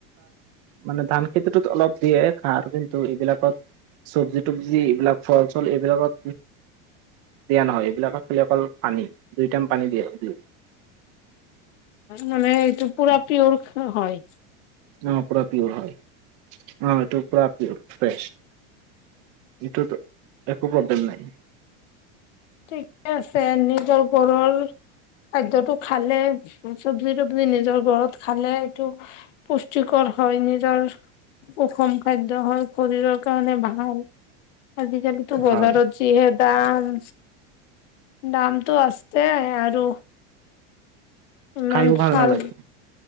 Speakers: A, on the right; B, on the left.
A: মানে ধান খেতিটোত অলপ দিয়ে সাৰ কিন্তু এইবিলাকত চবজি তবজি এইবিলাক ফল চল এইবিলাকত দিয়া নহয়, এইবিলাকত খালী অকল পানী দুই টাইম পানী দিয়ে <unintelligible>
B: মানে এইটো পুৰা পিয়ৰ হয়।
A: অ', পুৰা পিয়ৰ হয়, অ', এইটো পুৰা পিয়ৰ ফ্ৰেচ এইটোতো একো প্ৰব্লেম নাই।
B: ঠিকে আছে নিজৰ ঘৰৰ খাদ্যটো খালে চবজি তবজি নিজৰ ঘৰত খালে এইটো পুষ্টিকৰ হয়, নিজৰ সুষম খাদ্য হয়, শৰীৰৰ কাৰণে ভাল আজিকালি বজাৰত
A: হয়
B: যিহে দাম, দামটো আছে আৰু ইমান
A: খাইও
B: ভাল
A: নালাগে